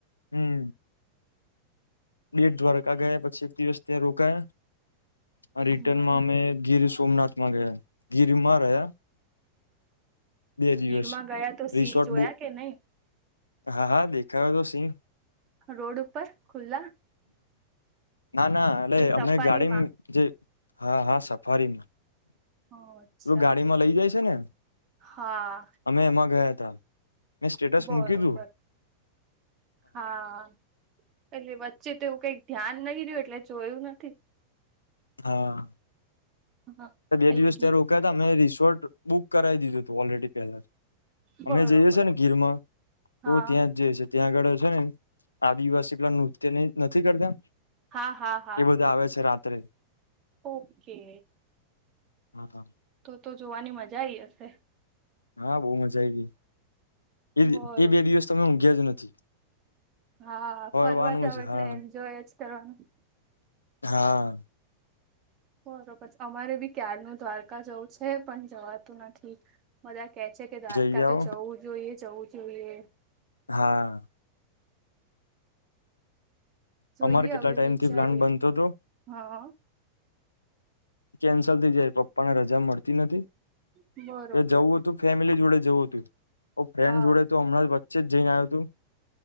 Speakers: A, on the left; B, on the right.
A: હું. બેટ દ્વારકા ગયા પછી એક દિવસ ત્યાં રોકાયા. આ રિટર્નમાં
B: હમ
A: અમે ગીર સોમનાથમાં ગયા ગીર માં રહ્યા. બે દિવસ
B: ગીરમાં ગયા તો સિંહ
A: રિસોર્ટ
B: જોયા
A: બુક
B: કે નહીં?
A: હા હા દેખાતા તો સિંહ.
B: રોડ ઉપર ખુલ્લા.
A: ના ના એટલે
B: કે સફારીમાં
A: અમે ગાડી જે હા હા સફારીમાં
B: ઓ, અચ્છા
A: તું ગાડી માં લઈ જાય છે ને?
B: હા
A: અમે એમાં ગયા હતા મેં સ્ટેટસ
B: બરોબર
A: મૂક્યું તું.
B: હા એટલે વચ્ચે તો એવું કંઈક ધ્યાન નહી રહ્યું એટલે જોયું નથી.
A: હા.
B: હા એટલે
A: બે દિવસ
B: ગી
A: ત્યાં રોકા હતા મેમે રિસોર્ટ બુક કરાવી દીધું હતું ઓલરેડી. લા
B: બરોબર
A: અમે જઈએ છ છે ને ગીરમાં તો
B: હા
A: ત્યાં જ જે છે. ત્યાં આગળ છે ને આદિવાસી પલા નૃત્ય નથી કરતા?
B: હા હા હા
A: એ બધા આવે છે રાત્રે.
B: ઓકે.
A: <inaudible>
B: તો તો જોવાની મજા આઈ હશે?
A: હા બહુ મજા આઈ ગઈ એ
B: બરોબર
A: એ બે દિવસ તમે ઊંઘ્યા જ નથી.
B: હા
A: ફરવાનું
B: ફરવા જાવ
A: જ
B: એટલે
A: હા
B: એન્જોય જ કરવાનું.
A: હા.
B: બરોબર છે અમારે બી ક્યારનું દ્વારકા જવું છે પણ જવાતું નથી મધા કે છે કે દ્વારકા
A: જઈ
B: તો
A: આવો
B: જવું જોઈએ જવું જોઈએ
A: હા
B: જોઈએ
A: અમારે કેટલા
B: હવે
A: ટાઈમથી
B: વિચારીએ
A: પ્લાન બનતો હતો
B: હા
A: કેન્સલ થઈ જાય પપ્પાને રજા મળતી નથી
B: બરોબર
A: જવું હતું ફેમિલી જોડે જવું હતું ફ્રેન્ડ
B: હા
A: જોડે તો હમણાં જ વચ્ચે જ જઈને આવ્યો હતું